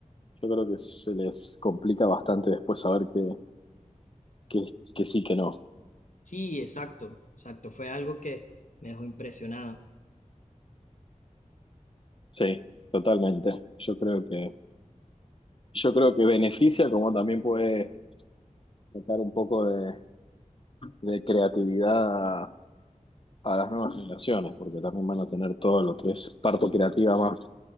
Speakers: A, on the left (about 40°); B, on the left (about 70°).
A: yo creo que se les complica bastante después saber que, que, que sí, que no.
B: Sí, exacto, exacto. Fue algo que me dejó impresionado.
A: Sí, totalmente. Yo creo que, yo creo que beneficia como también puede sacar un poco de, de creatividad a las nuevas generaciones, porque también van a tener todo lo que es parto creativa más